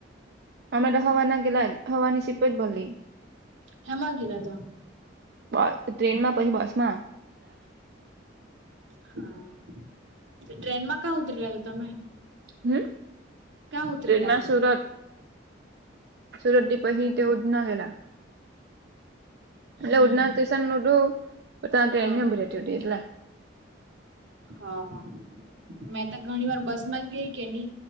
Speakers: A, on the right (about 55°); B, on the right (about 75°).
A: અમે તો હવાર ના ગયલાજ હરવાની સિપ જ બનલી
B: હેમાં ગેલા તા
A: બ ટ્રેનમાં પછી બસ માં
B: હા ટ્રેનમાં ક્યાં ઉતરી રહ્યા હતા તમે?
A: હમ?
B: કા ઉતરેલા
A: ટ્રેનમાં
B: તા
A: સુરત સુરતદી પહી તે ઉધના ગેલા એટલે
B: હમ
A: ઉડના સ્ટેશન ઉડું પણ ત્યા ટ્રેન
B: હા
A: ની ઉભી રેતી તી એટલે
B: હા હા મેં તો ઘણી વાર બસ માં જ ગઈ કે ની